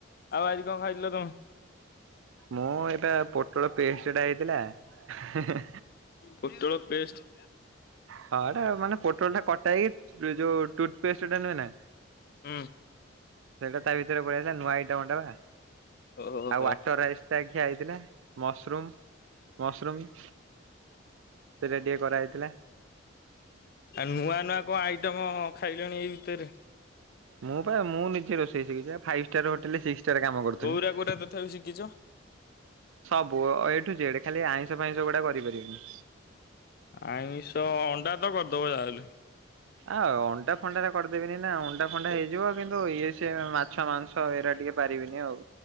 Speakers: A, on the left; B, on the right.
A: ଆଉ ଆଜି କଣ ଖାଇଥିଲ ତମେ?
B: ମୁଁ ଏଇଟା ପୋଟଳ ପେଷ୍ଟଟା ହେଇଥିଲା ହେଁ ହେଁ।
A: ପୋଟଳ ପେଷ୍ଟ୍
B: ହଁ ଏଟା ମାନେ ପୋଟଲ ଟା କଟାଇକି ହି। ଯୋଉ ଟୁଥ୍ ପେଷ୍ଟ୍ ଟା ନୁହେଁ ନା।
A: ହୁଁ।
B: ସେଟା ତା ଭିତରେ ପଳେଇଥିଲା। ନୂଆ ଆଇଟମ୍ ଟା ଆଉ
A: ଓହୋ
B: ୱାଟରଆଇ ସେ, ଖିଆ ହେଇଥିଲା ମସରୁମ୍ ମସରୁମ୍ ରେଡି କରା ହେଇଥିଲା।
A: ଆଉ ନୂଆ, ନୂଆ, କଣ ଆଇଟମ୍ ଖାଇଲଣି ଏଇ ଭିତରେ?
B: ମୁଁ, ପା ମୁଁ ନିଜେ ରୋଷେଇ ଶିଖିଛି ପା ଫାଇପ୍ ଷ୍ଟାର୍ ହୋଟେଲ୍ ସି ଚା ରେ କାମ କରୁଥିନି।
A: କୋଉରା କୋଉରା ତଥାପି ଶିଖିଛ
B: ସବୁ ଅ ଏଠୁ ଜେଡ଼ ଖାଲି ଆଇଁଷ ଫାଇଁଷ ଗୁଡ଼ା କରିପାରିବିନି।
A: ଆଇଁଷ ଅଣ୍ଡା ତ କରିଦବ ଯାହାହେଲେ।
B: ଆଉ ଅଣ୍ଡା ଫଣ୍ଡାରେ କରିଦେବିନି ନା, ଅଣ୍ଡା ଫଣ୍ଡା ହେଇଯିବ। କିନ୍ତୁ ଇଏ ସେ ମା ମାଛ ମାଂସ ହେଇରା ଟିକେ ପାରିବିନି ଆଉ,